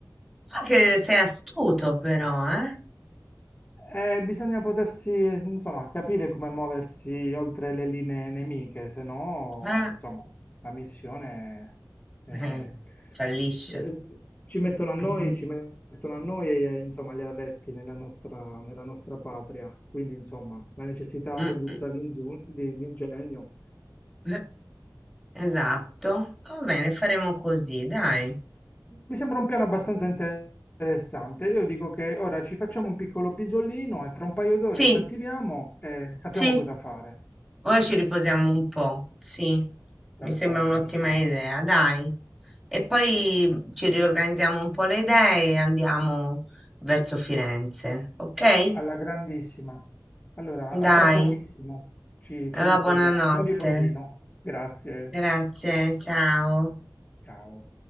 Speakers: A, in the centre; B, on the left.
A: Fa che sei astuto però, eh?
B: Eh, bisogna potersi, eh, insomma, capire come muoversi oltre le linee nemiche, se no,
A: Ah,
B: insomma, la missione eh,
A: eh, fallisce.
B: eh, ci mettono a noi,
A: Mm,
B: ci mettono a noi e, eh, insomma, gli arresti nella nostra, nella nostra patria. Quindi, insomma, la necessità
A: mm,
B: aguzza
A: mm,
B: l'inzu- di- l'ingegno.
A: eh, Esatto. Va bene, faremo così, dai.
B: Mi sembra un piano abbastanza interessante. Io dico che ora ci facciamo un piccolo pisolino e tra un paio d'ore
A: Sì,
B: ci attiviamo e sappiamo
A: sì,
B: cosa fare.
A: ora ci riposiamo un po', sì,
B: Per
A: mi sembra
B: forza,
A: un'ottima
B: per forza.
A: idea, dai. E poi mhmm, ci riorganizziamo un po' le idee e andiamo verso Firenze, ok?
B: Alla grandissima. Allora, a
A: Dai,
B: tra pochissimo ci,
A: allora
B: ci risvegliamo.
A: buonanotte.
B: Buon riposino. Grazie.
A: Grazie, ciao.
B: Ciao.